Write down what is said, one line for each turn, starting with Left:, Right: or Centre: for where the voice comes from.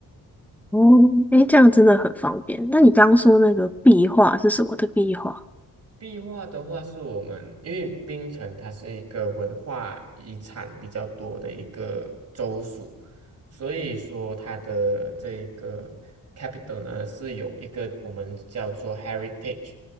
Centre: <laughs>，哦，诶，这样真的很方便。那你刚刚说那个壁画是什么的壁画？
Right: 壁画的话，是我们因为槟城它是一个文化遗产比较多的一个州属，所以说它的这一个 capital 呢是有一个我们叫做 heritage